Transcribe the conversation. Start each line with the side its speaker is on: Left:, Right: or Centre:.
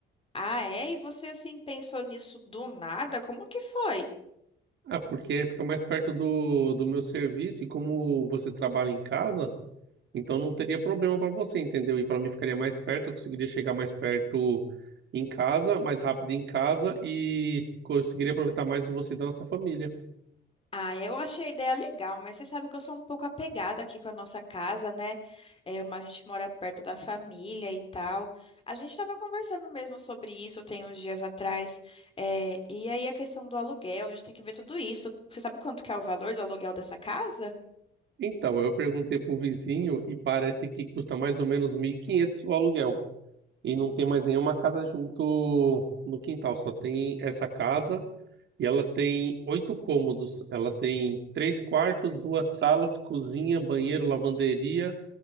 Left: Ah, é? E você assim pensou nisso do nada? Como que foi?
Right: Ah, porque fica mais perto do, do meu serviço e como você trabalha em casa, então não teria problema para você, entendeu? E para mim ficaria mais perto, eu conseguiria chegar mais perto em casa, mais rápido em casa e conseguiria aproveitar mais de você e da nossa família.
Left: Ah, eu achei a ideia legal, mas você sabe que eu sou um pouco apegada aqui com a nossa casa, né? É, uma- a gente mora perto da família e tal. A gente estava conversando mesmo sobre isso tem uns dias atrás. É, e aí a questão do aluguel, a gente tem que ver tudo isso. Você sabe quanto que é o valor do aluguel dessa casa?
Right: Então, eu perguntei pro vizinho e parece que custa mais ou menos 1.500 o aluguel. E não tem mais nenhuma casa junto no quintal, só tem essa casa e ela tem oito cômodos. Ela tem três quartos, duas salas, cozinha, banheiro, lavanderia,